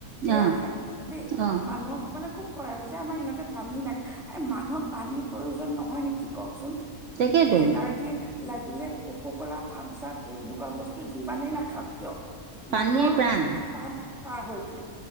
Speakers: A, in the centre; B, on the right.
A: সেয়া
B: অ
A: খায় দেই।
B: অ অ
A: মানুহক মানে খুব- কৰে যে আমাৰ ইহঁতে পানী নাখে, এই মানুহক পানীৰ প্ৰয়োজন নহয় নেকি কওকচোন?
B: তাকেতো
A: এনাৰ্জি লাগিলে কক' কলা, থামচাম, এনেকুৱা বস্তু যিমানেই নাখাওক কিয়।
B: পানীয়ে
A: মানুহৰ
B: প্ৰাণ
A: প পাৰ হয়তোৱে